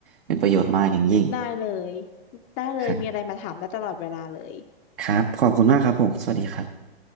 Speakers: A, on the right; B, on the left.
A: เป็นประโยชน์มากอย่างยิ่ง
B: ได้เลยได้เลยมีอะไรมาถามได้ตลอดเวลาเลย
A: ครับครับขอบคุณมากครับผมสวัสดีครับ